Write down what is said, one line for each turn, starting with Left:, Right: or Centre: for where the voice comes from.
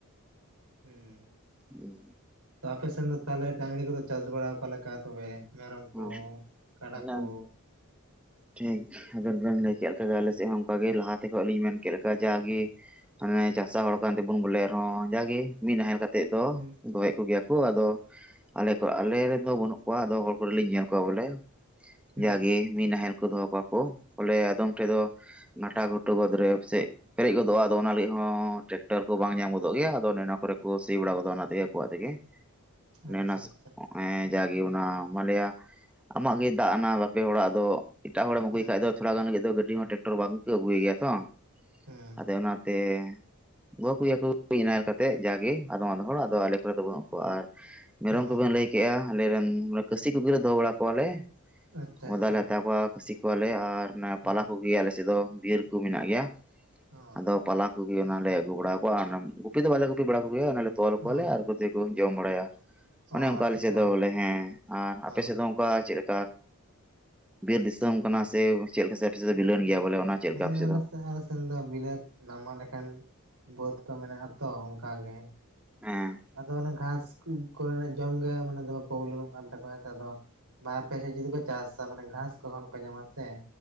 Right: ᱦᱮᱸ
Centre: ᱦᱮᱸ
Right: ᱛᱚ ᱟᱯᱮᱥᱮᱱ ᱫᱚ ᱛᱟᱦᱚᱞᱮ ᱰᱟᱝᱨᱤ ᱠᱚᱫᱚ ᱪᱟᱥ ᱵᱟᱲᱟ ᱚᱠᱟ ᱞᱮᱠᱟ ᱛᱚᱵᱮ ᱢᱮᱨᱚᱢ
Centre: ᱦᱮᱸ
Right: ᱠᱚ ᱠᱟᱰᱟ
Centre: ᱚᱱᱟ
Right: ᱠᱚ
Centre: ᱴᱷᱤᱠ ᱟᱵᱮᱱ ᱵᱮᱱ ᱞᱟᱹᱭ ᱠᱮᱫ ᱞᱮᱠᱟ ᱟᱞᱮᱥᱮᱫ ᱦᱚᱸ ᱚᱱᱠᱟᱜᱮ ᱞᱟᱦᱟᱛᱮ ᱛᱚᱠᱷᱚᱡ ᱞᱤᱧ ᱢᱮᱱ ᱠᱮᱫ ᱞᱮᱠᱟ ᱡᱟᱜᱮ ᱢᱟᱱᱮ ᱪᱟᱥᱟ ᱦᱚᱲ ᱠᱟᱱ ᱛᱮᱵᱚᱱ ᱵᱚᱞᱮ ᱟᱨᱦᱚᱸ ᱡᱟᱜᱮ ᱢᱤᱫ ᱱᱟᱦᱮᱞ ᱠᱟᱛᱮᱜ ᱫᱚ
Right: ᱦᱩᱸ
Centre: ᱫᱚᱦᱚᱭᱮᱫ ᱠᱚᱜᱮᱭᱟ ᱠᱚ ᱟᱫᱚ ᱟᱞᱮ ᱠᱚ ᱟᱞᱮ ᱨᱮᱱ ᱫᱚ ᱵᱟᱹᱱᱩᱜ ᱠᱚᱣᱟ ᱟᱫᱚ ᱦᱚᱲ ᱠᱚᱨᱮᱞᱤᱧ ᱧᱮᱞ ᱠᱚᱣᱟ ᱵᱚᱞᱮ
Right: ᱦᱩᱸ
Centre: ᱡᱟᱜᱮ ᱢᱤᱫ ᱱᱟᱦᱮᱞ ᱠᱚ ᱫᱚᱦᱚ ᱠᱚᱣᱟ ᱠᱚ ᱵᱚᱞᱮ ᱟᱫᱚᱢ ᱴᱷᱮᱡ ᱫᱚ ᱜᱷᱟᱴᱟ ᱜᱷᱩᱴᱩ ᱵᱟᱹᱫᱽᱨᱮ ᱯᱟᱥᱮᱫ ᱯᱮᱨᱮᱡ ᱜᱚᱫᱚᱜ-ᱟ ᱟᱫᱚ ᱚᱱᱟ ᱞᱟᱹᱜᱤᱫ ᱦᱚᱸ ᱴᱮᱠᱴᱟᱨ ᱠᱚ ᱵᱟᱝ ᱧᱟᱢ ᱜᱚᱫᱚᱜ ᱜᱮᱭᱟ ᱟᱫᱚ ᱚᱱᱟ ᱠᱚᱨᱮ ᱠᱚ ᱥᱤ
Right: ᱦᱩᱸ
Centre: ᱵᱟᱲᱟ ᱜᱚᱫᱟ ᱚᱱᱟ ᱛᱮᱜᱮ ᱟᱠᱚᱣᱟᱜ ᱛᱮᱜᱮ <inaudible> ᱚᱱᱮ
Right: ᱟᱪᱪᱷᱟ
Centre: ᱚᱱᱟ
Right: ᱟᱪᱪᱷᱟ
Centre: ᱦᱮ ᱡᱟᱜᱮ ᱚᱱᱟ ᱢᱟᱱᱞᱮᱭᱟ ᱟᱢᱟᱜ ᱜᱮ ᱫᱟᱜ ᱮᱱᱟ ᱵᱟᱨᱯᱮ ᱦᱚᱲᱟᱜ ᱫᱚ ᱮᱴᱟᱜ ᱦᱚᱲᱮᱢ ᱟᱹᱜᱩᱭ
Right: ᱦᱮᱸ
Centre: ᱠᱷᱟᱡ ᱫᱚ ᱛᱷᱚᱲᱟ ᱜᱟᱱ ᱞᱟᱜᱤᱫ ᱫᱚ ᱜᱟᱹᱰᱤ ᱦᱚᱸ ᱴᱨᱟᱠᱴᱚᱨ ᱵᱟᱝ ᱠᱚ ᱟᱹᱜᱩᱭ ᱜᱮᱭᱟ ᱛᱚ
Right: ᱦᱮᱸ
Centre: ᱟᱫᱚ ᱚᱱᱟᱛᱮ ᱜᱚᱜ ᱟᱜᱩᱭᱟᱠᱚ ᱥᱤ ᱱᱟᱦᱮᱞ ᱠᱟᱛᱮᱫ ᱡᱟᱜᱮ ᱟᱫᱚᱢ ᱟᱫᱚᱢ ᱦᱚᱲ ᱟᱫᱚ ᱟᱞᱮ ᱠᱚᱨᱮ ᱫᱚ ᱵᱟᱹᱱᱩᱜ ᱠᱚᱣᱟ ᱟᱨ ᱢᱮᱨᱚᱢ
Right: ᱚ
Centre: ᱠᱚᱵᱮᱱ ᱞᱟᱹᱭ ᱠᱮᱫ-ᱟ ᱟᱞᱮᱨᱮᱱ ᱠᱟᱹᱥᱤ ᱠᱚᱜᱮᱞᱮ ᱫᱚᱦᱚ ᱵᱟᱲᱟ ᱠᱚᱣᱟᱞᱮ
Right: ᱟᱪᱪᱷᱟ
Centre: ᱟᱫᱚ
Right: ᱟᱪᱪᱷᱟ
Centre: ᱞᱮ ᱦᱟᱛᱟᱣ ᱠᱚᱣᱟ ᱠᱷᱟᱹᱥᱤ ᱠᱚᱣᱟᱞᱮ ᱟᱨ ᱚᱱᱟ
Right: ᱦᱮᱸ
Centre: ᱯᱟᱞᱟ ᱠᱚᱜᱮ ᱟᱞᱮ ᱥᱮᱫ ᱫᱚ ᱵᱤᱨ ᱠᱚ ᱢᱮᱱᱟᱜ ᱜᱮᱭᱟ
Right: ᱚ
Centre: ᱟᱫᱚ ᱯᱟᱞᱟ ᱚᱱᱟ ᱞᱮ ᱟᱹᱜᱩ ᱵᱟᱲᱟ ᱠᱚᱣᱟ ᱜᱩᱯᱤ ᱫᱚ ᱵᱟᱞᱮ ᱜᱩᱯᱤ ᱵᱟᱲᱟ ᱠᱚᱜᱮᱭᱟ ᱚᱱᱟ ᱞᱮ ᱛᱚᱞ ᱟᱠᱚᱣᱟ
Right: ᱚ
Centre: ᱞᱮ ᱟᱨ <inaudible> ᱡᱚᱢ ᱵᱟᱲᱟᱭᱟ ᱚᱱᱮ
Right: ᱚ
Centre: ᱚᱱᱠᱟ
Right: ᱟᱪᱪᱷᱟ
Centre: ᱟᱞᱮ
Right: ᱟᱪᱪᱷᱟ
Centre: ᱥᱮᱫ ᱫᱚ ᱵᱚᱞᱮ ᱦᱮᱸ ᱟᱨ ᱟᱯᱮ ᱥᱮᱫ
Right: ᱚ
Centre: ᱫᱚ ᱚᱱᱠᱟ ᱪᱮᱫ ᱞᱮᱠᱟ ᱵᱤᱨ ᱫᱤᱥᱚᱢ ᱠᱟᱱᱟ ᱥᱮ ᱪᱮᱫ ᱞᱮᱠᱟ ᱵᱤᱞᱟᱹᱱ ᱜᱮᱭᱟ ᱵᱚᱞᱮ ᱚᱱᱟ ᱪᱮᱫ ᱞᱮᱠᱟ
Right: ᱦᱮᱸ
Centre: ᱟᱯᱮ ᱥᱮᱫ
Right: ᱟᱞᱮᱥᱮᱫ
Centre: ᱫᱚ?
Right: ᱥᱮᱱ ᱫᱚ ᱵᱤᱞᱟᱹᱛ ᱱᱟᱢᱟᱞ ᱞᱮᱠᱟᱱ ᱵᱟᱹᱫᱽ ᱠᱚ ᱢᱮᱱᱟᱜ-ᱟ ᱛᱚ ᱚᱱᱠᱟ ᱜᱮ
Centre: ᱦᱮᱸ
Right: ᱟᱫᱚ ᱚᱱᱟ ᱜᱷᱟᱸᱥ ᱠᱚᱨᱮᱱᱟᱜ ᱡᱚᱢ ᱜᱮ ᱢᱟᱱᱮ ᱫᱚᱢᱮ ᱯᱨᱚᱵᱞᱮᱢᱚᱜ ᱠᱟᱱ ᱛᱟᱠᱚᱣᱟ ᱟᱫᱚ ᱵᱟᱨ ᱯᱮ ᱦᱮᱸ ᱡᱩᱫᱤ ᱠᱚ ᱪᱟᱥᱟ ᱢᱟᱱᱮ ᱜᱷᱟᱥ ᱠᱚᱦᱚ ᱱᱚᱝᱠᱟ ᱧᱟᱢᱟ ᱥᱮ